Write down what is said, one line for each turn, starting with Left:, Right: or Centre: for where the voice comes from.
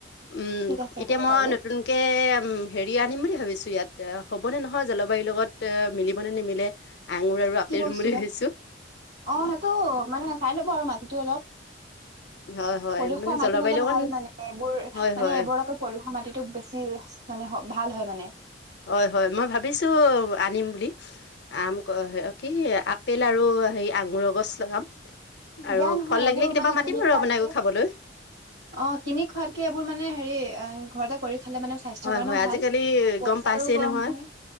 Left: উমঁ
Right: ঠিক আছে
Left: এতিয়া
Right: হ'ব
Left: মই
Right: বাৰু
Left: নতুন- ত হেৰি আনিম বুলি ভাবিছো ইয়াত হ'ব নে নহয় জলবায়ুৰ লগত মিলিব নে নিমিলি। নিমিলে আঙুৰ আৰু আপেল
Right: কি বস্তু
Left: ৰুম বুলি
Right: বা
Left: ভাবিছোঁ
Right: অঁ সেইটো মানে চাই ল'ব আৰু মাটিটো অলপ।
Left: হয় হয়
Right: পলুসুৱা
Left: মানে
Right: মাটি
Left: জলবায়ুৰ
Right: হ'লে
Left: লগত
Right: ভাল মানে এইবোৰ
Left: হয়
Right: মানে
Left: হয়
Right: এইবোৰ লগত পলুসৱা মাটিতটো বেছি মানে ভাল হয় মানে।
Left: হয়, হয় মই ভাবিছোঁ আনিম বুলি। আম, কি আপেল আৰু হেৰি আঙুৰৰ গছ লগাম। আৰু
Right: বেয়া নহয়
Left: ফল
Right: এইবোৰ
Left: লাগিলে কেতিয়াবা
Right: মানে
Left: মাতিম
Right: কিনি
Left: আৰু
Right: খোৱাতকে
Left: আপোনাকো খাবলৈ।
Right: অ', কিনি খোৱাতকে এইবোৰ মানে হেৰি ঘৰতে কৰি খালে মানে স্বাস্থ্যৰ
Left: হয়,
Right: কাৰণেও
Left: হয়
Right: ভাল
Left: আজিকালি
Right: পইচাৰো
Left: গ'ম পাইছেই
Right: গৰম
Left: নহয়।
Right: হয়।